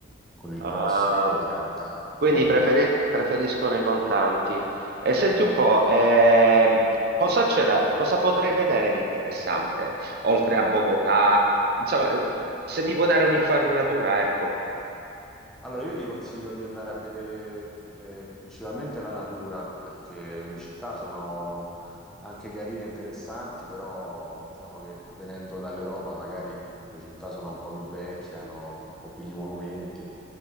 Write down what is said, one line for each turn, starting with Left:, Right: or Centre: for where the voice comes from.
Centre: con il
Right: Ah,
Centre: POS o S o con la carta.
Right: quindi
Centre: Quindi
Right: preferi- preferiscono i contanti. E senti un po', ehm, cosa c'è da, cosa potrei vedere di interessante, oltre a Bogotà? Insomma, eh, se mi può dare un'infarinatura, ecco.
Centre: Allora, io ti consiglio di andare a vedere eh, principalmente la natura, perché le città sono anche carine e interessanti, però diciamo che venendo dall'Europa magari le città sono un po' più vecchie, hanno un po' più di monumenti,